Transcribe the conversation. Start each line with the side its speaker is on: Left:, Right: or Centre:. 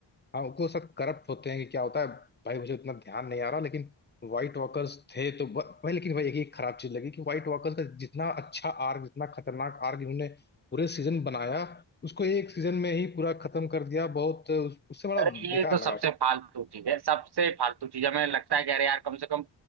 Left: हाँ वो सब करप्ट होते हैं कि क्या होता है भाई मुझे उतना ध्यान नहीं आ रहा लेकिन व्हाइट वॉकर्स थे तो ब- भाई लेकिन भाई एक ही खराब चीज लगी कि व्हाइट वॉकर्स का जितना अच्छा आर्क जितना खतरनाक आर्क इन्होंने पूरे सीजन बनाया उसको एक सीजन में ही पूरा खत्म कर दिया बहुत उस, उससे बड़ा
Right: अरे
Left: बेकार
Right: ये तो सबसे
Left: लगा
Right: फालतू चीज है सबसे फालतू चीज हमें लगता है कि अरे यार कम से कम